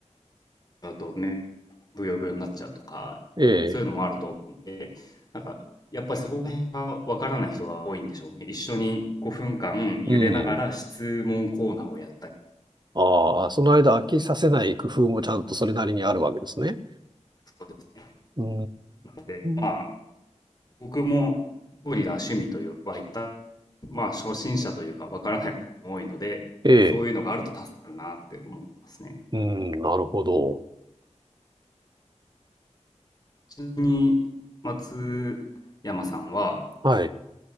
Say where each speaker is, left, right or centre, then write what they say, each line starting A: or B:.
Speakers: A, on the left (about 30°); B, on the right (about 35°).
A: ゃうと、ね、ブヨブヨになっちゃうとか、
B: ええ、
A: そういうのもあると思って、なんか、やっぱりそこら辺がわからない人が多いんでしょうね。一緒に5分間茹でながら質問コーナーをやったり
B: うん。ああ、その間飽きさせない工夫もちゃんとそれなりにあるわけですね。
A: とかですね。
B: うー
A: で、まあ、
B: ん。
A: 僕も料理が趣味というは一まあ、初心者というかわからない人が多いので、
B: ええ、
A: そういうのがあると助かるなって思いますね。
B: うん、なるほど。
A: ちなみに、松山さんは、
B: はい。